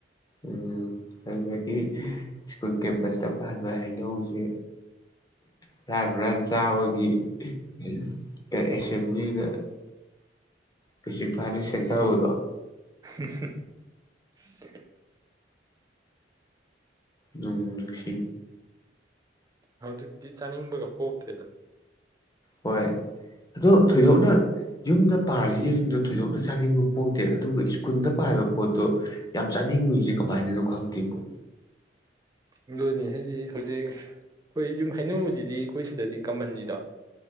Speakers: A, on the left; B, on the right.
A: ꯎꯝ ꯑꯗꯨꯗꯒꯤ ꯁ꯭ꯀꯨꯜ ꯀꯦꯝꯄꯁꯇ ꯄꯥꯟꯕ ꯍꯩꯅꯧꯁꯦ ꯍꯨꯔꯥꯟ ꯍꯨꯔꯥꯟ ꯆꯥꯕꯒꯤ ꯎꯝ ꯀꯩ ꯑꯦꯁꯦꯝꯕ꯭ꯂꯤꯗ ꯄ꯭ꯔꯤꯟꯁꯤꯄꯥꯜꯅ ꯁꯦꯠꯊꯕꯗꯣ
B: ꯎꯝ <unintelligible>
A: ꯅꯨꯡꯕꯨ ꯅꯨꯡꯁꯤ
B: ꯍꯧꯖꯤꯛꯇꯤ ꯆꯥꯅꯤꯡꯕꯒ ꯄꯣꯛꯇ꯭ꯔꯦꯗ
A: ꯍꯣꯏ ꯑꯗꯣ ꯊꯣꯏꯗꯣꯛꯅ ꯌꯨꯝꯗ ꯄꯥꯜꯂꯤꯁꯤꯡꯗꯨ ꯊꯣꯏꯗꯣꯛꯅ ꯆꯥꯅꯤꯡꯕꯕ ꯄꯣꯛꯇꯦ ꯑꯗꯨꯒ ꯁ꯭ꯀꯨꯜꯗ ꯄꯥꯂꯤꯕ ꯄꯣꯠꯇꯣ ꯌꯥꯝ ꯆꯥꯅꯤꯡꯉꯨꯏꯁꯦ ꯀꯃꯥꯏꯅꯅꯣ ꯈꯪꯗꯦꯕꯣ
B: ꯑꯗꯨꯅꯤ ꯍꯥꯏꯖꯤ ꯍꯧꯖꯤꯛ ꯑꯩꯈꯣꯏ ꯌꯨꯝ ꯍꯩꯅꯧꯁꯤꯗꯤ ꯑꯩꯈꯣꯏ ꯁꯤꯗꯗꯤ ꯀꯃꯟꯅꯤꯗ